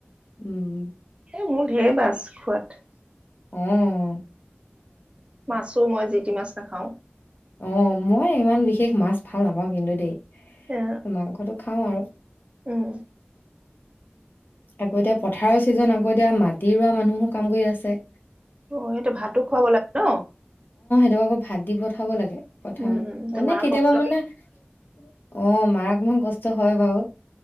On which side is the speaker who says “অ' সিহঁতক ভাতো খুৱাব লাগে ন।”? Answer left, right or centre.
Right